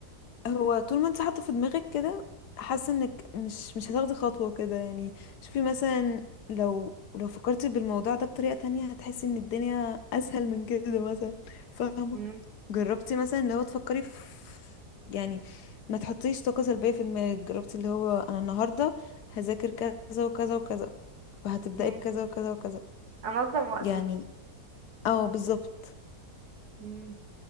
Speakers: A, on the left; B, on the right.
A: هو طول ما انت حاطه في دماغك كده حاسه انك مش مش هتاخدي خطوه كده يعني شوفي مثلا لو لو فكرتي بالموضوع ده بطريقه تانية هتحسي ان الدنيا اسهل من كده مثلا فاهمه
B: مم.
A: جربتي مثلا لو تفكري في يعني ما تحطيش طاقه سلبيه في دماغك جربتي اللي هو انا النهارده هذاكر كذا وكذا وكذا وهتبداي
B: مم.
A: بكذا وكذا وكذا
B: انظم وقتي
A: يعني اه بالظبط
B: مم.